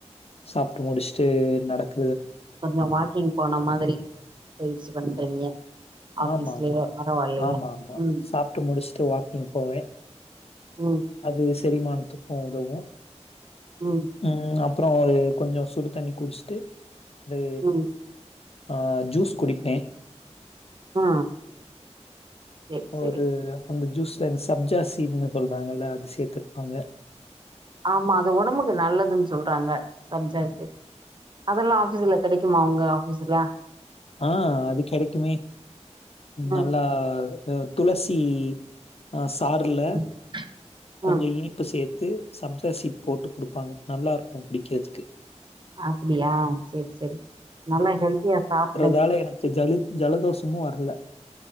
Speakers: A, on the left (about 55°); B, on the right (about 40°).
A: சாப்டு முடிச்சுட்டு நடக்க
B: கொஞ்சோ வாக்கிங் போன மாதிரி பயிற்சி பண்றீங்க ஆஃபீஸ்லயே
A: ஆமா ஆமா
B: பரவாயில்லையே
A: ஆமா ஆமா
B: ம்
A: சாப்ட்டு முடிச்சுட்டு வாக்கிங் போவே
B: ம்
A: அது செரிமானத்துக்கும் உதவும்
B: ம்
A: உம் அப் அப்ரோ ஒரு கொஞ்சோ சுடு தண்ணி குடிச்ட்டு வந்து
B: ம்
A: ஆ ஜூஸ் குடிப்பே
B: ஆ செரி செரி
A: ஒரு அந்த ஜூஸ் இந்த சப்ஜா சீட்னு சொல்றாங்கல்ல அது சேத்துருப்பாங்க
B: ஆமா அது ஒடம்புக்கு நல்லதுன் சொல்றாங்க சப்ஜா சீட்ஸ் அதெல்லா ஆபீஸ்ல கெடைக்குமா உங்க ஆபீஸ்ல
A: ஆ அது கெடைக்குமே
B: ம்
A: நல்லா துளசி ஆ சாறுல
B: ம்
A: கொஞ்ச
B: ம்
A: இனிப்பு சே து சப்ஜி சீட் போட்டு குடுப்பாங்க நல்லா இருக்கு குடிக்கறதுக்கு
B: அப்டியா சேர் செரி நல்லா ஹெல்த்தியா சாப்
A: தால எனக்கு ஜல ஜலதோஷமு வரல